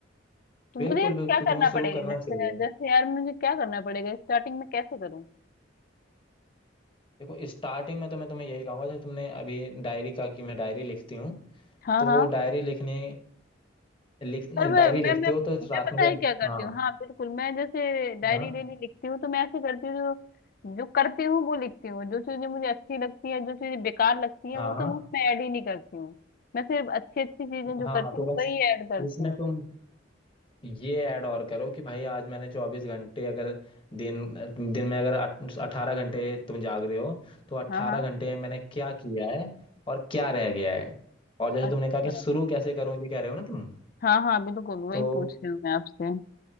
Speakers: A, on the left (about 50°); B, on the left (about 30°).
A: तो
B: बिल्कुल
A: मुझे क्या
B: बिल्कुल
A: करना
B: तुम्हें शुरू
A: पड़ेगा
B: करना
A: जैसे
B: चाहिए
A: जैसे यार मुझे क्या करना पड़ेगा स्टार्टिंग में कैसे करूँ
B: देखो स्टार्टिंग में तो मैं तुम्हें यही कहूंगा जैसे तुमने अभी डायरी का कि मैं डायरी लिखती हूँ
A: हाँ
B: तो
A: हाँ
B: डायरी लिखने लिख डायरी
A: पर मैं मैं
B: लिखते
A: मैं
B: हो तो रात
A: मैं पता
B: में जब
A: है क्या करती
B: हाँ
A: हूँ हाँ बिल्कुल मैं जैसे डायरी
B: हाँ
A: डेली लिखती हूँ तो मैं ऐसे करती हूँ जो जो करती हूँ वो लिखती हूँ जो चीजें मुझे अच्छी लगती है जो चीजें बेकार लगती है
B: हाँ
A: वो तो मैं उसमें ऐड ही नहीं करती हूँ मैं सिर्फ अच्छी अच्छी चीजें जो
B: हाँ
A: करती
B: हाँ तो
A: हूँ
B: बस
A: वही ऐड करती
B: इसमें
A: हूँ
B: तुम ये ऐड और करो कि भाई आज मैंने चौबीस घंटे अगर दिन दिन में अगर अठारह घंटे तुम जाग रहे हो तो अट्ठारह
A: हाँ हाँ
B: घंटे में मैंने क्या किया है और क्या रह गया है और जैसे
A: अच्छा
B: तुमने कहा कि शुरू कैसे करूं ये कह रहे हो ना तुम
A: हाँ हाँ बिल्कुल वही
B: तो
A: पूछ रही हूँ मैं आपसे